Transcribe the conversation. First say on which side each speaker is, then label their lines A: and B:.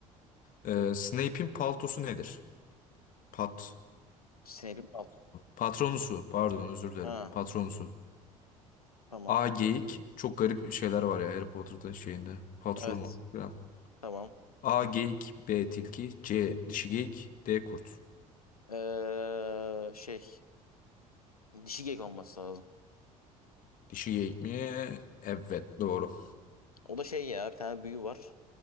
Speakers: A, on the left (about 45°); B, on the left (about 85°).
A: Ee, Snape'in paltosu nedir? Patronusu.
B: Snape'in altı.
A: Patronusu. Pardon özür dilerim.
B: Ha,
A: Patronusu.
B: tamam.
A: A geyik. Çok garip şeyler var ya Harry Potter'da şeyinde. Patronu
B: Evet.
A: falan.
B: Tamam.
A: A geyik, B tilki, C dişi geyik, D kurt.
B: Ee, şey. Dişi gek olması lazım.
A: Dişi geyik mi? Evet doğru.
B: O da şey ya bir tane büyü var.